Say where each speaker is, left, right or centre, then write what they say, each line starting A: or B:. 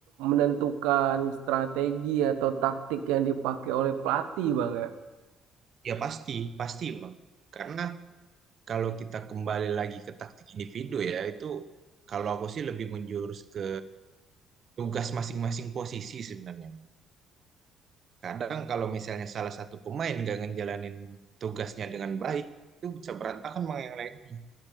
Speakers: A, on the right; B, on the right.
A: menentukan strategi atau taktik yang dipakai oleh pelatih bang ya.
B: Ya pasti, pasti, Bang. Karena kalau kita kembali lagi ke taktik individu ya, itu kalau aku sih lebih menjurus ke tugas masing-masing posisi sebenarnya. Kadang kalau misalnya salah satu pemain nggak ngejalanin tugasnya dengan baik, itu bisa berantakan Bang yang lainnya.